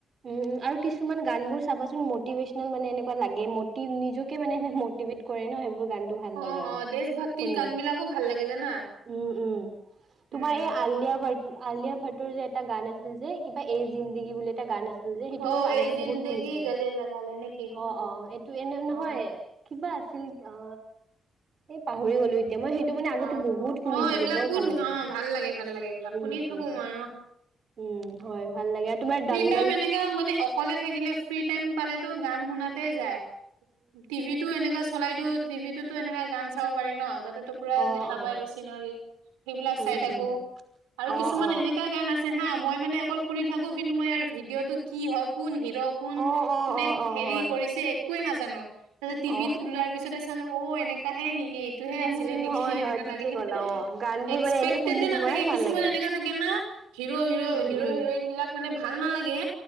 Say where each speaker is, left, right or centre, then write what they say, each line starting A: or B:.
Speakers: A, on the right (about 55°); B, on the right (about 85°).
A: উম উম আৰু কিছুমান গান বোৰ চাবাচোন মটিভেচনেল মানে এনেকুৱা লাগে মটি নিজকে মানে এনে মটি মটিভেট কৰে ন সেইবোৰ গান টো ভাল
B: অ
A: লাগে আৰু
B: অ দেশ ভক্তিৰ
A: শুনি
B: গান বিলাকো ভাল লাগে জানা
A: উম উম।
B: উম
A: তোমাৰ এই আলিয়া ভট্ট আলিয়া ভট্টৰ যে এটা গান আছিল যে কিবা এই জিন্দগী বুলি এটা গান আছিল। যে সেইটো
B: অ
A: মই আগতে
B: এই জিন্দগী
A: বহুত শুনিছিলো।
B: গলে লগালে নেকি
A: অ অ এইটো এনে নহয়
B: অ
A: কিবা আছিল অ এই পাহৰি গ'লো। এতিয়া মই সেইটো মানে
B: অ',
A: আগতো বহুত শুনিছিলো
B: অ', এইবিলাক
A: বৰ
B: বহুত
A: ভাল লাগিছিল।
B: অ', ভাল লাগে ভাল লাগে এইবিলাক
A: উম
B: শুনি থাকো
A: উম।
B: মই অ',
A: উম হয় ভাল লাগে, আৰু তোমাৰ ডাঙৰ
B: টাইম এনেকা মানে অকলে থাকিলে ফ্ৰী টাইম পালেটো গান শুনাতে যায়। টিভিটো এনেকা চলাই দিওঁ টিভিটোতো এনেকা গান চাব পাৰি ন, তাতে পুৰা
A: অ
B: দেখা
A: অ
B: পায় আৰু চিনাৰি সেইবিলাক
A: উম
B: চাই থাকো,
A: উম
B: আৰু
A: অ
B: কিছুমান
A: অ
B: এনেকা গান আছে আছে হা মই মানে অকল শুনি থাকো কিন্তু মই ইয়াৰ ভিডিঅ টো কি হয় কোন সি হিৰ কোন
A: অ অ
B: কোনে
A: অ অ
B: হেৰী
A: হয়
B: কৰিছে একোৱে নাজানো তাপিছত টিভিত
A: অ
B: ওলোৱাৰ পিছতে চা অ এনেকাহে নিকি এইটোহে
A: উম
B: আছিলে
A: উম
B: নিকি।
A: হয়
B: এনেকা
A: হয় ঠিকে
B: লাগে
A: ক'লা অ গান বোৰ
B: এক্সপেকটেডে
A: মানে এনে শুনি
B: নাথাকে
A: তোমাৰ ভাল
B: কিছুমান
A: লাগে
B: এনেকা থাকে না হিৰ হিৰ'
A: উম
B: হিৰ
A: উম
B: হিৰইন বিলাক মানে ভাল নালাগে